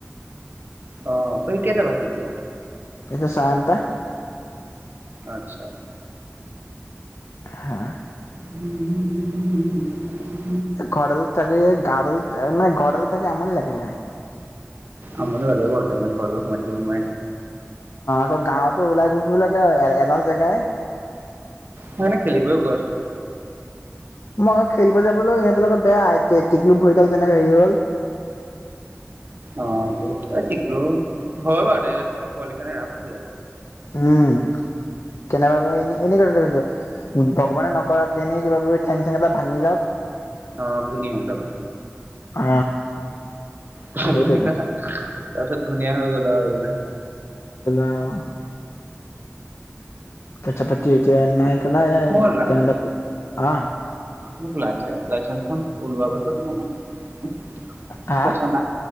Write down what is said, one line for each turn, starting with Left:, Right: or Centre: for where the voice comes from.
Right: অ তুমি কেইটা বাজিলতিয়া
Left: এইটোয়া চায়ন্ত
Right: আচ্ছা
Left: হা
Right: হম হুম হুম হ হ
Left: ঘৰল থাকে গল মানে ঘৰল থাকে এন লাগে
Right: আমত ভ ক ম
Left: আৌ গাঁৱতো ওলাই ঘুৰিব লাগে এ এডাল জেগাই
Right: ম নে খেলে গও গৈ আছো খ
Left: মই আকৌ খেলিব যাবলৈও ইহঁতে ে বেয়া এতিয়া টিকলু ভৰিডাল যেনেকে হেৰি হল
Right: অ শিকলো হয় বাৰু ত পোৱালিখানে ৰাগ খেলাব
Left: উম কেনেবাকৈ এনে এনেো ভগৱানে নকৰাক এনেই কিবা কিবি থেং চেং এটা ভাঙি যাওক
Right: অ ধুনিয়টা ব
Left: অ
Right: তাৰ
Left: সেইটোৱেতো
Right: পিছত ধুনীয়া হৈ গ'ল আৰু বোলে।
Left: অ পইচা-পাতি এতিয়া নাই কেলা
Right: মোৰ লা-
Left: কেনেবা কে অ
Right: মোক লাই লাইচেন্স খন ওলোৱাৰ পাছত মোক <unintelligible>
Left: হা